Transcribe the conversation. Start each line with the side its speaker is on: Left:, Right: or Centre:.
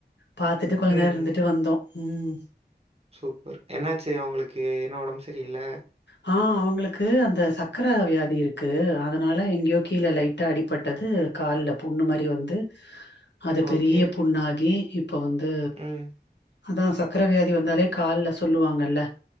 Left: பாத்துட்டு கொஞ்ச
Right: ம்.
Left: நேர இருந்துட்டு
Right: ம்.
Left: வந்தோ ம்
Right: சூப்பர் என்னாச்சு அவங்களுக்கு என்ன ஒடம் சரியில்ல
Left: ஹா அவ்ங்களுக்கு அந்த சக்கர வ்யாதி இருக்கு அதனால எங்யோ கீழே லைட்டா அடிப்பட்டது கால்ல புண்ணு மாரி வந்து அது பெரிய
Right: ஓகே.
Left: புண்ணாகி இப்ப வந்து
Right: ம்.
Left: அதா சக்கரவியாதி வந்தாலே கால்ல சொல்லுவாங்கல்ல